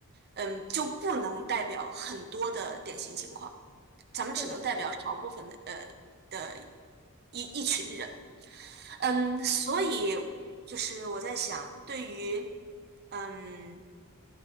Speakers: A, on the right; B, in the centre.
A: 嗯，就不能代表很多的典型情况。咱们只能代表少部分的呃的
B: 确实，
A: 一一群人，
B: 对，
A: 嗯，所以就是我在想，对于嗯